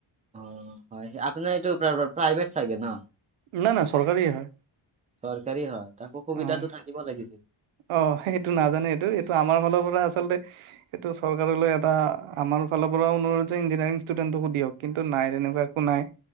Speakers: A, on the right; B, on the right.
A: অ' হয়, আপোনাৰ এইটো প্ৰাইভেট চাগে ন?
B: নাই নাই চৰকাৰীয়ে হয়
A: চৰকাৰী হয়, তাকো সুবিধাতটো
B: অ',
A: থাকিব লাগিছিল।
B: অ' সেইটো নাজানে এইটো এইটো আমাৰ ফালৰ পৰা আচলতে সেইটো চৰকাৰলৈ এটা আমাৰ ফালৰ পৰা অনুৰোধ যে ইঞ্জিনিয়াৰিং ষ্টুডেণ্টকো দিয়ক। কিন্তু নাই তেনেকুৱা একো নাই।